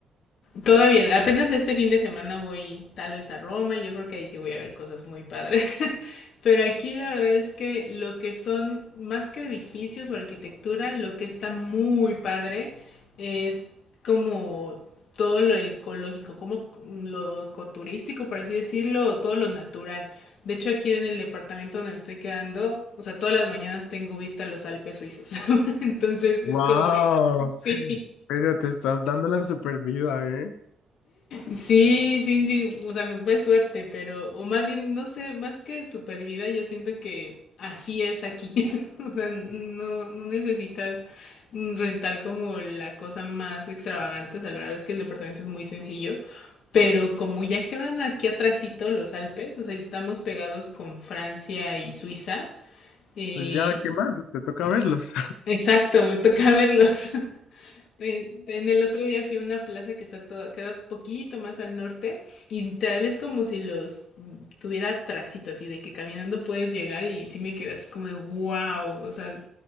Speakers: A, on the left; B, on the left.
A: Todavía, apenas este fin de semana voy tal vez a Roma y yo creo que ahí sí voy a ver cosas muy padres. <laughs> Pero aquí la verdad es que lo que son más que edificios o arquitectura, lo que está muy padre es como todo lo ecológico, como lo ecoturístico, por así decirlo, o todo lo natural. De hecho, aquí en el departamento donde me estoy quedando, o sea, todas las mañanas tengo vista a los Alpes suizos. <laughs> Entonces es
B: Wow,
A: como de, sí.
B: pero te estás dando la super vida, ¿eh?
A: Sí, sí, sí, o sea, me fue suerte, pero, o más bien, no sé, más que supervida yo siento que así es aquí. <laughs> O sea, no, no necesitas mm, rentar como la cosa más extravagante, o sea, la verdad es que el departamento es muy sencillo, pero como ya quedan aquí atrásito los Alpes, o sea, estamos pegados con Francia y Suiza, eh,
B: Pues ya, ¿qué más? Te toca verlos.
A: exacto, me toca verlos. <laughs> En, en el otro día fui a una plaza que está toda, queda poquito más al norte y literal es como si los tuviera tracito así de que caminando puedes llegar y sí me quedé así como de wow, o sea,